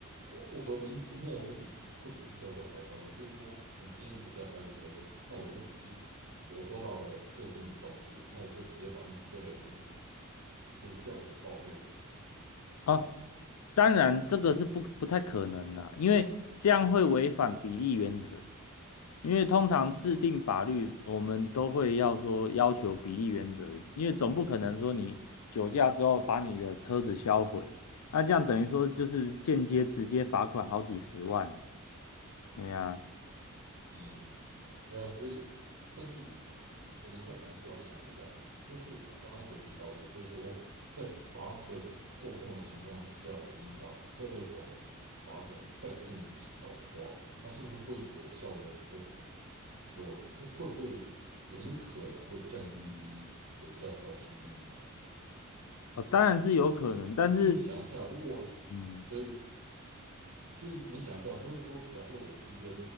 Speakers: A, on the right (about 70°); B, on the left (about 90°).
A: 我我所谓的末末路，不只是吊销牌照，也就是说，你今天酒驾开的车，那我就直我抓到了，或者是你肇事了，那我就直接把你这台车就是吊走报废
B: 啊，
A: 这样子。
B: 当然这个是不不太可能啦，因为这样会违反比例原则。因为通常制定法律，我们都会要说要求比例原则，因为总不可能说你酒驾之后把你的车子销毁，那这样等于说就是间接直接罚款好几十万。哎呀，
A: 嗯嗯，对啊，所以，但是我们再反过来想一下，就是我刚刚所提到的，就是说，在罚则不够重的情况之下，我们把这种罚则再更提高的话，那是不是会有效的可有可会不会可有没有可能会降低酒驾肇事率呢？
B: 哦，当然是有可能，但是，
A: 因为你想一下，如果对
B: 嗯，
A: 就是你想一下，不是说假设我今天